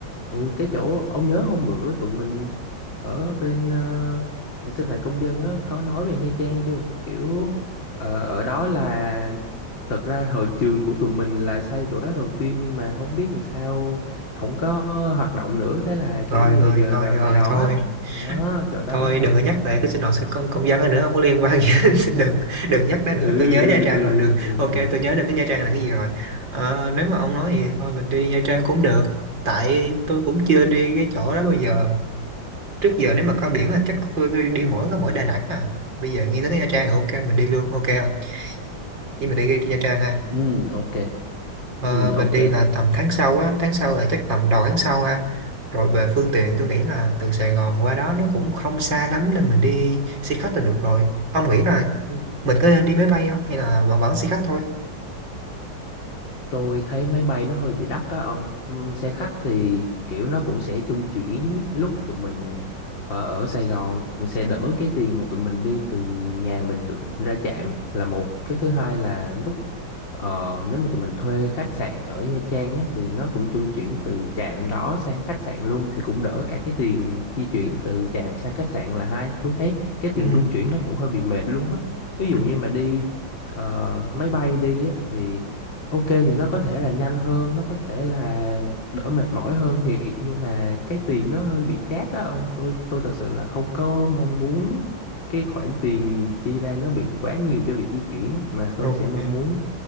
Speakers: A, on the left (about 70°); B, on the right (about 65°).
A: ừ cái chỗ ông nhớ hôm bữa tụi mình ở bên uh, sinh hoạt công dân á có nói về Nha Trang chưa kiểu ờ, ở đó là thật ra hồi trường của tụi mình là xây chỗ đó đầu tiên nhưng mà không biết làm sao không có hoạt động nữa thế là
B: rồi
A: kiểu giờ
B: rồi
A: dời
B: rồi
A: vào
B: rồi
A: Sài Gòn
B: thôi
A: á đó chỗ đó
B: thôi
A: đó
B: đừng có nhắc về cái sinh hoạt của công công dân đó nữa không có liên quan gì hết <laughs> đừng đừng nhắc nó nữa
A: ừ
B: tôi nhớ
A: ừ
B: Nha Trang
A: ừ
B: rồi đừng
A: ừ
B: ok
A: ừ
B: tôi nhớ được cái Nha Trang là cái gì rồi Ờ, nếu mà ông nói gì thôi mình đi Nha Trang cũng được tại tôi cũng chưa đi cái chỗ đó bao giờ trước giờ nếu mà có biển là chắc tôi đi đi mỗi có mỗi Đà Nẵng à bây giờ nghĩ tới cái Nha Trang thì ok mình đi luôn ok không vậy mình đi, đi Nha Trang ha
A: ừ ok
B: Ờ,
A: ừ
B: mình
A: ok
B: đi là tầm tháng sau á, tháng sau là chắc tầm đầu tháng sau ha. Rồi về phương tiện tôi nghĩ là từ Sài Gòn qua đó nó cũng không xa lắm nên mình đi xe khách là được rồi. Ông nghĩ là mình có nên đi máy bay không hay là vẫn vẫn xe khách thôi?
A: Tôi thấy máy bay nó hơi bị đắt á ông. Ừm, Xe khách thì kiểu nó cũng sẽ chung chuyển lúc tụi mình ờ, ở Sài Gòn cũng sẽ đỡ cái tiền mà tụi mình đi từ nhà mình tụi, ra trạm là một. Cái thứ hai là lúc ờ, nếu mà tụi mình thuê khách sạn ở Nha Trang á, thì nó cũng chung chuyển từ trạm đó sang khách sạn luôn thì cũng đỡ cả cái tiền di chuyển từ trạm sang khách sạn là hai. Tôi thấy cái tiền
B: Ừ.
A: chung chuyển nó cũng hơi bị mệt luôn á. Ví dụ
B: ừ,
A: như mà đi ờ, máy bay đi á, thì Ok thì nó có thể là nhanh hơn, nó có thể là đỡ mệt mỏi hơn thiệt nhưng mà cái tiền nó hơi bị chát đó ông. Tôi tôi thật sự là không có mong muốn cái khoản tiền chi ra nó bị quá nhiều cho việc di chuyển mà tôi
B: Ok,
A: sẽ mong muốn